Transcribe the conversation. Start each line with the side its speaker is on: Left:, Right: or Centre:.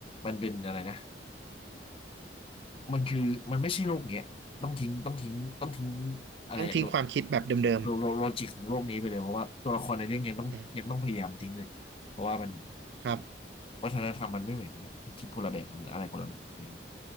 Left: มันเป็นอะไรนะมันคือมันไม่ใช่โลกเนี้ยต้องทิ้งต้องทิ้งต้องทิ้งอะไรลด
Right: ต้องทิ้งความคิดแบบเดิม
Left: โลโลโลจิกของโลกนี้ไปเลยเพราะว่าตัวละครในเรื่องยังต้องยังต้องพยายามทิ้งเลยเพราะว่ามัน
Right: ๆอ่ะครับ
Left: วัฒนธรรมมันไม่เหมือนกันละมันคิดคนละแบบมันอะไรคนละแบบอะไรอย่างเงี้ย